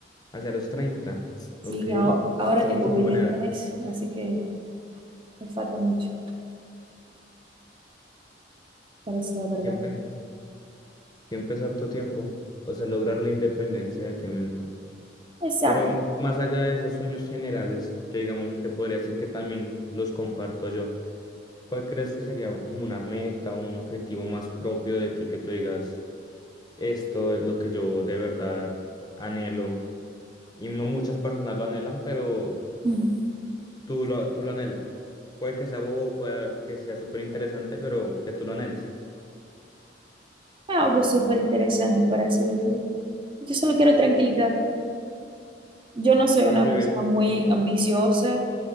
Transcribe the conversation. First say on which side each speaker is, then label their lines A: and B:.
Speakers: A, on the left (about 20°); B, on the right (about 30°).
A: Hacia los treinta
B: Sí,
A: Ok.
B: aho- ahora
A: Sí,
B: tengo
A: es una
B: veintitrés
A: buena edad.
B: así que me falta mucho, para decir la verdad.
A: Siempre. Siempre es harto tiempo, o sea, lograr la independencia de ti misma.
B: Exacto.
A: Pero más allá de esos sueños generales, que digamos, se podría decir que también los comparto yo, ¿cuál crees que sería como una meta o un objetivo más propio de ti que tú digas, esto es lo que yo de verdad anhelo? Y no muchas personas lo anhelan, pero
B: Mm.
A: tú lo, tú lo anhelas. Puede que sea bobo, puede que sea súper interesante, pero que tú lo anheles.
B: Algo súper interesante, para así decir. Yo solo quiero tranquilidad. Yo no soy una
A: Es vivir.
B: persona muy ambiciosa.